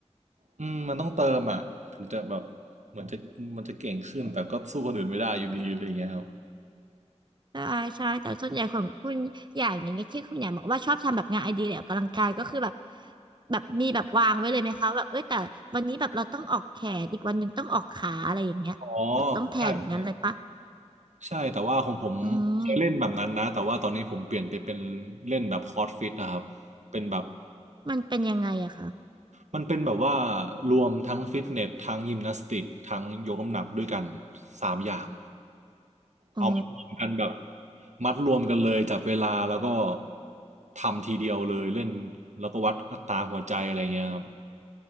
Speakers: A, on the right (about 80°); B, on the right (about 40°).
A: อืมมันต้องเติมอ่ะถึงจะแบบเหมือนจะมันจะเก่งขึ้นแต่ก็สู้คนอื่นไม่ได้อยู่ดีอะไรอย่างเงี้ยครับ
B: ใช่ใช่แต่ส่วนใหญ่ของคุณอย่างอย่างเงี้ยที่คุณอย่างบอกว่าชอบทำแบบงานไอเดียหรือออกกำลังกายก็คือแบบแบบมีแบบวางไว้เลยไหมคะแบบเอ้ยแต่วันนี้แบบเราต้องออกแขนอีกวันหนึ่งต้องออกขาอะไรอย่างเงี้ยแบบต้องแทนอย่างนั้นเลยปะ
A: อ๋อใช่ใช่ใช่แต่ว่าของผมเคยเล่นแบบนั้นนะแต่ว่าตอนนี้ผมเปลี่ยนไปเป็น
B: อืม
A: เล่นแบบคอร์สฟิตนะครับเป็นแบบ
B: มันเป็นยังไงอะคะ
A: มันเป็นแบบว่ารวมทั้งฟิตเนสทั้งยิมนาสติกทั้งยกน้ำหนักด้วยกันสามอย่าง
B: อ๋อ
A: เอามารวมกันแบบมัดรวมกันเลยจับเวลาแล้วก็ทำทีเดียวเลยเล่นแล้วก็วัดอัตราหัวใจอะไรเงี้ยครับ